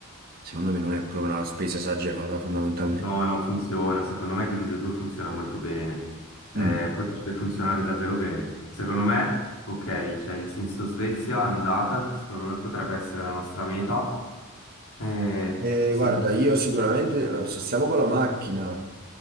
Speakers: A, on the right (about 45°); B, on the left (about 70°).
A: secondo me non è proprio una spesa esagerata fondamentalmente.
B: No, no, funziona. Secondo me diviso 2 funziona molto bene. Eh,
A: Mm.
B: potrebbe funzionare davvero bene. Secondo me, ok, cioè in senso Svezia andata, secondo me potrebbe essere la nostra meta. Eh,
A: Eh,
B: se...
A: guarda, io sicuramente, allora, se stiamo con la macchina,